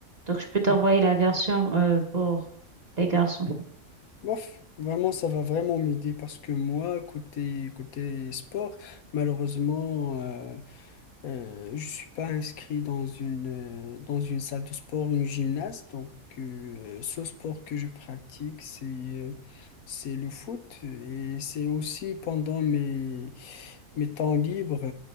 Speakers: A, on the right (about 30°); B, on the left (about 75°).
A: Donc, je peux t'envoyer
B: Bon,
A: la version euh, pour les garçons.
B: Bof, vraiment, ça va vraiment m'aider parce que moi, côté, côté sport, malheureusement, Euh, je suis pas inscrit dans une, euh, dans une salle de sport ou une gymnase, donc euh, ce sport que je pratique, c'est euh, c'est le foot et c'est aussi pendant mes, mes temps libres